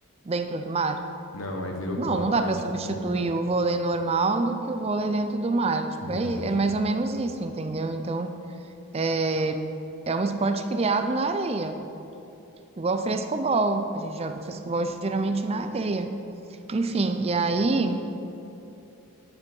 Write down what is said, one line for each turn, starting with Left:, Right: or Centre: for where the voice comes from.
Right: Dentro do mar?
Left: Não, aí virou
Right: Não,
Left: polo
Right: não
Left: aquático,
Right: dá para substituir
Left: né?
Right: o vôlei normal do que o vôlei dentro do mar. Tipo,
Left: É verdade.
Right: é, é mais ou menos isso, entendeu? Então, é é um esporte criado na areia, igual o frescobol. A gente joga frescobol geralmente na areia. Enfim, e aí, o